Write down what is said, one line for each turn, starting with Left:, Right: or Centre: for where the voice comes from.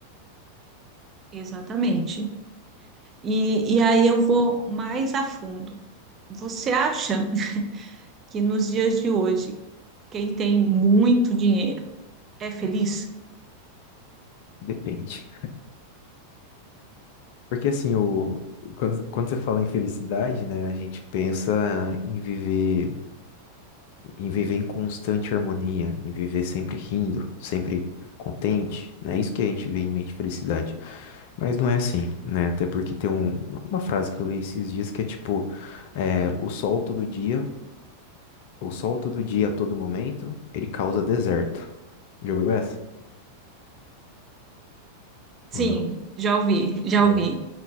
Right: exatamente. E, e aí eu vou mais a fundo. Você acha que nos dias de hoje, quem tem muito dinheiro é feliz?
Left: Depende. Porque assim, o quando, quando você fala em felicidade, né, a gente pensa em viver em viver em constante harmonia, em viver sempre rindo, sempre contente, né? Isso que a gente vê em mente felicidade. Mas não é assim, né? Até porque tem um- uma frase que eu li esses dias que é tipo, é, o sol todo dia O sol todo dia, a todo momento, ele causa deserto. Já ouviu essa?
Right: Sim,
Left: Ou não?
Right: já ouvi, já
Left: Não.
Right: ouvi,